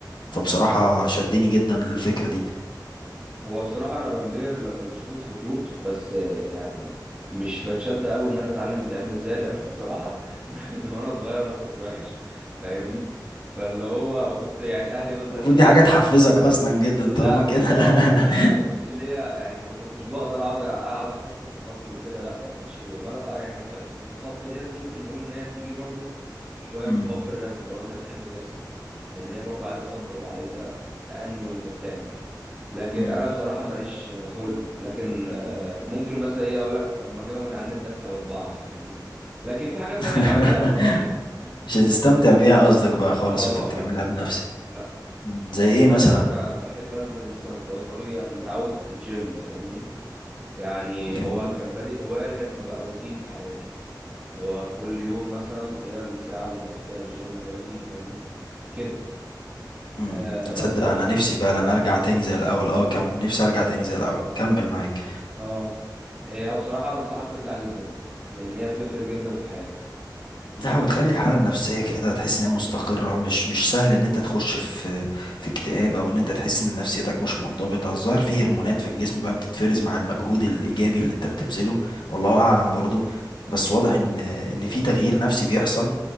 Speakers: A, on the left (about 80°); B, on the right (about 15°).
A: فبصراحة شدني جدا للفكرة دي
B: هو بصراحه انا بنبهر لما بشوف الخطوط بس آه، يعني مش بتشد قوي ان انا اتعلم بتعمل ازاي لان أنا <laughs> بصراحه من وانا صغير انا خط وحش فاهمني فاللي هو وكنت يعني اهلي مثلا
A: المفروض
B: ايه
A: دي حاجة تحفزك اصلا جدا
B: لا
A: طالما كده
B: بصراحة
A: <laughs>
B: لا لا ما كانش ليا يعني ما كنتش بقدر اقعد اقعد احسن في خطي وكده لا ما كانش ليا ما لا آه، يعني حتة الخط ديت ممكن نقول ان هي تيجي برضو شوية
A: مم.
B: من حب الرسم لو انت بتحب ترسم لان هي برضو عايزة صبر وعايزة تأني وانت بتعمل لكن
A: مم.
B: انا بصراحة ماليش خلق لكن آه، ممكن مثلا ايه اقول لك طب ما اجيبها من على النت اسهل واطبعها فاهمني لكن في حاجات
A: <laughs>
B: تانية بعملها بصراحة <laughs>
A: مش هتستمتع بيها قصدك بقى خالص
B: اه
A: وانت بتعملها
B: لا
A: بنفسك
B: لا
A: مم. زي
B: لكن
A: ايه
B: مثلا
A: مثلا
B: أنا بحب انزل مثلا في وقت فراغي انا متعود الجيم فاهمني يعني
A: جميل
B: هو كان بادئ هوايه لغايه ما بقى روتين في حياتي اللي هو كل يوم مثلا هي الساعه اللي بروح فيها الجيم واجي فاهمني كده
A: امم
B: آه مثلا
A: تصدق انا نفسي فعلا ارجع تاني زي الاول اه كمل نفسي ارجع تاني زي الاول كمل معاك
B: اه هي بصراحه انا انصحك ترجع جدا لان هي بتفرق جدا في حياتك
A: لا وتخلي الحالة النفسية كده تحس إن هي مستقرة مش مش سهل إن أنت تخش في في اكتئاب أو إن أنت تحس إن نفسيتك مش منضبطة الظاهر في هرمونات في الجسم بقى بتتفرز مع المجهود الإيجابي اللي أنت بتبذله والله أعلم برضو بس واضح إن إن في تغيير نفسي بيحصل